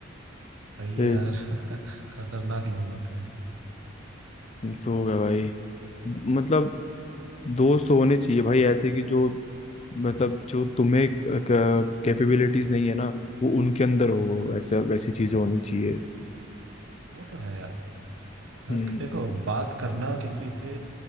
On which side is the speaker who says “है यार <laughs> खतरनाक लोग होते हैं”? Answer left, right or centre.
Right